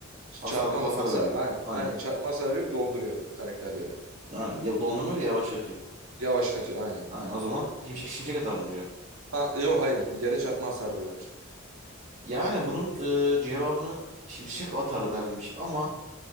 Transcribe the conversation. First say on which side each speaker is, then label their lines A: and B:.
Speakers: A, on the right (about 85°); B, on the right (about 35°).
A: Çarpma
B: Hasar, hasar
A: da hasar,
B: veriyor.
A: aynen,
B: Aynen.
A: aynen çarpma hasarı verip donduruyor karakterleri.
B: Aynen. Ya dondurma öyle yavaşlatıyor.
A: Yavaşlatıyor aynen.
B: Aynen. O zaman şimşek şimşek atar mı cevap?
A: Ha, yok hayır yere çarpma hasarı bırakır.
B: Yani bunun e, cevabını şimşek atar denmiş ama